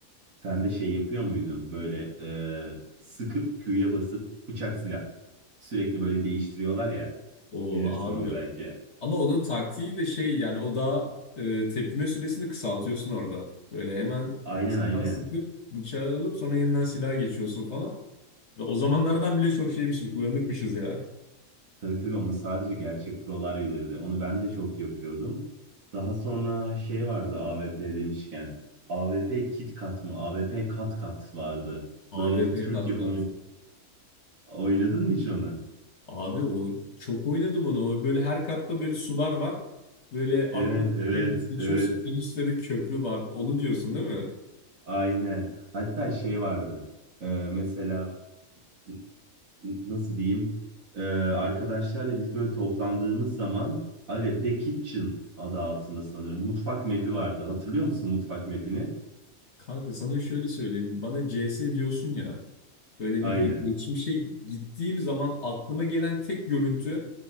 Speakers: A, on the right (about 65°); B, on the left (about 50°).
A: Sen de şey yapıyor muydun böyle e, sıkıp Q'ya basıp bıçak silah. Sürekli böyle değiştiriyorlar ya.
B: O
A: Bilirsin
B: abi.
A: onu belki.
B: Ama onun taktiği de şey yani o da e, tepkime süresini kısaltıyorsun orada. Böyle hemen
A: Aynen
B: silah
A: aynen.
B: sıkıp bıçağı alıp sonra yeniden silaha geçiyorsun falan. Ve o zamanlardan bile çok şeymişiz, uyanıkmışız ya.
A: Tabii tabii onu sadece gerçek prolar bilirdi. Onu ben de çok yapıyordum. Daha sonra şey vardı A V P demişken. A V P Kit Kat mı? A V P Kat Kat vardı. Böyle
B: A V
A: bir
B: P
A: Türk
B: kat
A: yapımı.
B: kat.
A: Oynadın mı hiç onu?
B: Abi o çok oynadım onu. O Böyle her katta böyle sular var. Böyle atla
A: Evet, evet,
B: geçiyorsun.
A: evet.
B: En üstte de köprü var. Onu diyorsun değil mi?
A: Aynen. Hatta şey vardı. Ee, mesela n- n- nasıl diyeyim? Ee, arkadaşlarla biz böyle toplandığımız zaman Aga The Kitchen adı altında sanırım. Mutfak map'i vardı. Hatırlıyor musun mutfak map'ini?
B: Kanka sana şöyle söyleyeyim. Bana C S diyorsun ya. Böyle
A: Aynen.
B: bir de geçmişe gittiğim zaman aklıma gelen tek görüntü